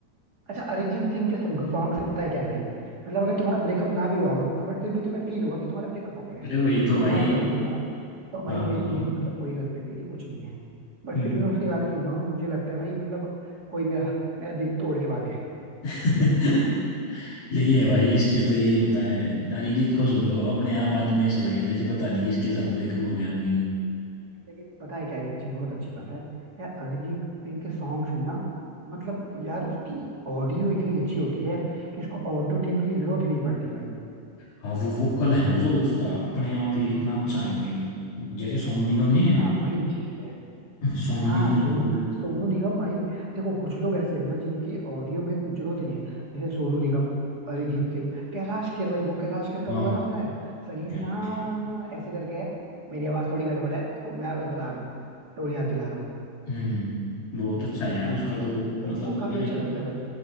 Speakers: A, on the right; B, on the left.
A: अच्छा अरिजीत सिंह के सॉन्ग से पता है क्या है भाई मतलब अगर तुम्हारा ब्रेकअप ना भी हुआ हो ना बट फिर भी तुम्हें फील होगा कि तुम्हारा ब्रेकअप हो गया है
B: अरे वही तो
A: अब
B: भाई
A: मैं बताऊं अपनी बात तो भाई
B: हाँ बताओ
A: मेरी मेरी मतलब कोई गर्लफ्रेंड नहीं थी कुछ नहीं है बट
B: हम्म
A: फिर भी मैं उसके गाने सुनता हूँ ना मुझे लगता है भाई मतलब कोई मेरा मेरा दिल तोड़ के भाग गया
B: <laughs> यही है भाई इस पे तो यही होता है अरिजीत को सुन लो अपने आप आदमी ऐसा लगे जैसे पता नहीं किसके साथ ब्रेकअप हो गया आदमी का
A: नहीं, लेकिन पता है क्या एक चीज बहुत अच्छी बात है यार अरिजीत सिंह के सॉन्ग्स में ना मतलब यार उसकी ऑडियो इतनी अच्छी होती है कि इसको ऑटो ट्यून की जरूरत ही नहीं पड़ती भाई
B: हाँ वो वोकल है ना जो उसका अपने आप ही इतना अच्छा है भाई जैसे सोनू निगम नहीं है
A: हाँ वही चीज है
B: सोनू
A: हाँ
B: निगम
A: सोनू
B: वो
A: सोनू निगम भाई देखो कुछ लोग ऐसे हैं ना जिनके ऑडियो में कुछ जरूरत ही नहीं है जैसे सोनू निगम अरिजीत सिंह कैलाश खेर भाई वो कैलाश खेर का
B: हाँ
A: वो गाना सुना है सही
B: क्या
A: हाँ
B: नाम है उसकी?
A: ऐसे करके है मेरी आवाज थोड़ी गड़बड़ है तो मैं बस बता रहा हूँ टोन याद दिला रहा हूँ
B: हम्म बहुत अच्छा है यार उसका
A: हाँ
B: तो
A: तो
B: मतलब
A: वो काफी
B: अरे
A: अच्छा गाता है भाई